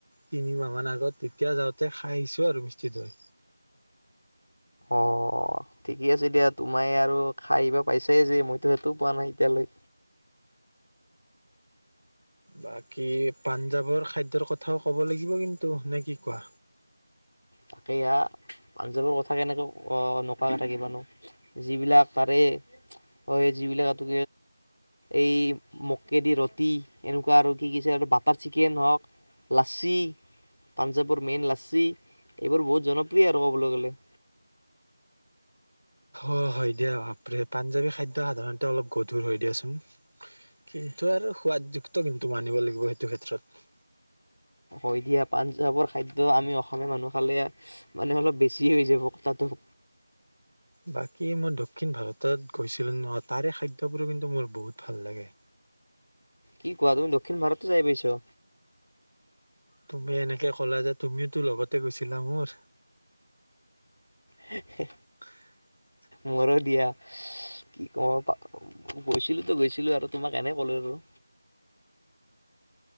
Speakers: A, on the right; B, on the left.
A: তিনিমাহ মান আগত তেতিয়া যাওঁতে খায় আহিছোঁ আৰু মিষ্টি দৈ।
B: অঁ। অ ঠিকেই আছে দিয়া তোমাই আৰু খাই বা পাইছাই যে মইতো সেইটো পোৱা নাই এতিয়ালৈ।
A: বাকী পাঞ্জাৱৰ খাদ্যৰ কথাও ক'ব লাগিব কিন্তু নে কি কোৱা।
B: তাকে এয়া পাঞ্জাৱৰ কথা কেনেকৈ অ নকৱাকে থাকি বানো। যিবিলাক তাৰে হয় যিবিলাক। এই মককেদি ৰুটি এনেকুৱা আৰু কি কছে আৰু বাটাৰ চিকেন হওঁক। লাচি পাঞ্জাৱৰ মেইন লাচি এইবোৰ বহুত জনপ্ৰিয় আৰু ক'বলৈ গ'লে।
A: অ হয় দিয়া ভ পাঞ্জাবী খাদ্য সাধাৰণতে অলপ গধুৰ হয় দিয়াচোন। কিন্তু আৰু সোৱাদযুক্ত কিন্তু মানিব লাগিব সেইটো ক্ষেত্ৰত।
B: অ দিয়া পাঞ্জাৱৰ খাদ্য আমি অসমীয়া মানুহ খালে। মানে অলপ বেছি হৈ যাব কথাটো।
A: বাকী মই দক্ষিণ ভাৰতত গৈছিলোঁ ন তাৰে খাদ্যবোৰ কিন্তু মোৰ বহুত ভাল লাগে।
B: কি কোৱা তুমি দক্ষিণ ভাৰততে যাই পাইছ।
A: তুমি এনেকে ক'লা যে তুমিও তো লগতে গৈছিলা মোৰ।
B: হে এ।
A: <inaudible>
B: মোৰ দিয়া কি কম প। গৈছিলোতো গৈছিলো আৰু তোমাক এনেই ক'লো আৰু।